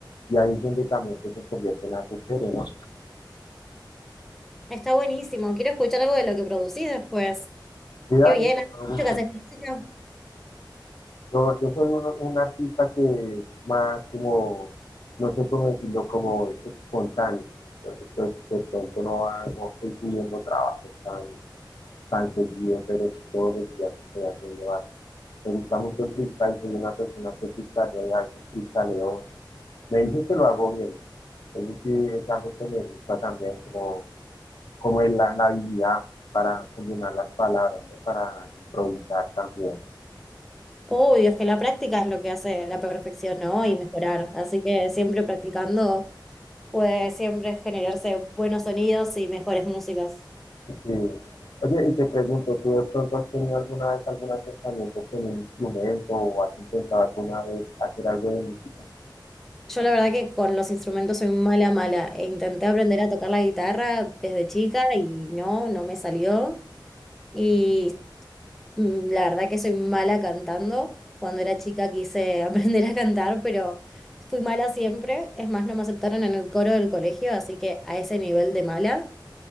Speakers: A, on the left (about 60°); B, in the centre.
A: Y ahí es donde también pues, se convierte en algo chévere, ¿no?
B: está buenísimo. Quiero escuchar algo de lo que producís después.
A: Y dale,
B: Qué bien, has
A: con
B: dicho
A: gusto.
B: que haces práctica.
A: Yo, yo soy uno- un artista que más como, no sé cómo decirlo, como es espontáneo. Entonces, pues, de pronto no, va, no estoy pidiendo trabajo tan, tan seguido, pero si todos los días estoy haciendo arte. Me gusta mucho el freestyle, soy una persona que freestylea, sí freestyleo. Me dicen que lo hago bien. Entonces sí, es algo que me gusta también, como como es la, la habilidad para combinar las palabras, ¿no? para improvisar también.
B: Uy, es que la práctica es lo que hace la perfección, ¿no? Y mejorar. Así que siempre practicando puede siempre generarse buenos sonidos y mejores músicas.
A: Sí. Oye, y te pregunto, ¿tú de pronto has tenido alguna vez algún acercamiento con un instrumento o has intentado alguna vez hacer algo de música?
B: Yo la verdad que con los instrumentos soy mala, mala. E intenté aprender a tocar la guitarra desde chica y no, no me salió. Y mm, la verdad que soy mala cantando. Cuando era chica quise <laughs> aprender a cantar, pero... Fui mala siempre, es más, no me aceptaron en el coro del colegio, así que a ese nivel de mala.